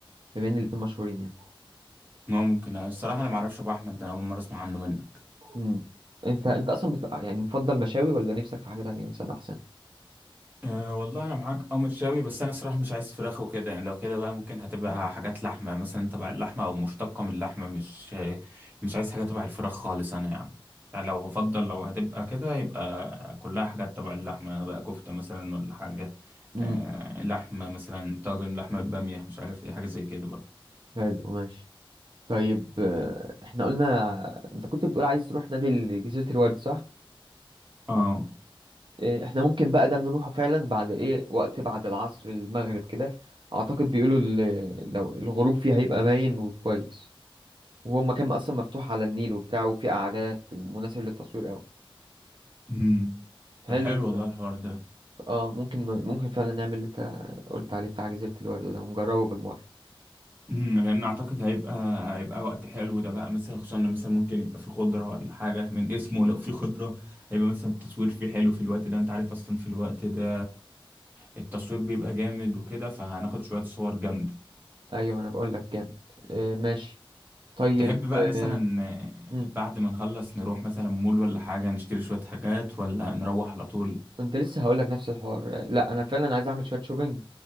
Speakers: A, on the right (about 55°); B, on the right (about 20°).
A: بما ان الاتنين مشهورين يعني
B: ممكن آه، الصراحة انا معرفش ابو احمد ده انا اول مرة اسمع عنه منك
A: امم انت انت اصلا بت... يعني مفضل مشاوي ولا نفسك في حاجة تانية مثلا احسن
B: أه والله انا معاك او متشاوي بس انا صراحة مش عايز فراخ وكده يعني لو كده بقى ممكن هتبقى حاجات لحمة مثلا تبع اللحمة او مشتقة من اللحمة مش مش عايز حاجة تبع الفراخ خالص انا يعني يعني لو هفضل لو هتبقى كده يبقى كلها حاجات تبع اللحمة بقى كفتة مثلا ولا حاجة
A: امم
B: أه لحمة مثلا طاجن لحمة بامية مش عارف ايه حاجة زي كده برضه
A: حلو ماشي طيب آه، احنا قلنا انت كنت بتقول عايز تروح نادي جزيرة الورد صح؟
B: اه
A: آه، احنا ممكن بقى ده نروحه فعلا بعد ايه وقت بعد العصر المغرب كده اعتقد بيقولوا ال- لو الغروب فيه هيبقى باين وكويس وهو مكان اصلا مفتوح على النيل وبتاع وفيه قعدات ومناسب للتصوير قوي
B: مم.
A: حلو
B: طب حلو
A: فعلا.
B: والله الحوار ده
A: اه ممكن ممكن فعلا نعمل اللي انت قلت عليه بتاع جزيرة الورد ده ونجربه بالمرة
B: امم لان اعتقد هيبقى هيبقى وقت حلو ده بقى مثلا خصوصا إن مثلا ممكن يبقى في خضره ولا حاجه من اسمه لو في خضره هيبقى مثلا التصوير فيه حلو في الوقت ده انت عارف اصلا في الوقت ده التصوير بيبقى جامد وكده فهناخد شويه صور جامده
A: ايوه انا بقول لك جامد آه، ماشي طيب
B: تحب بقى مثلا
A: آه، مم.
B: آه، بعد ما نخلص نروح مثلا مول ولا حاجه نشتري شويه حاجات ولا نروح على طول
A: كنت لسه هقول لك نفس الحوار لا انا فعلا عايز اعمل شويه شوبينج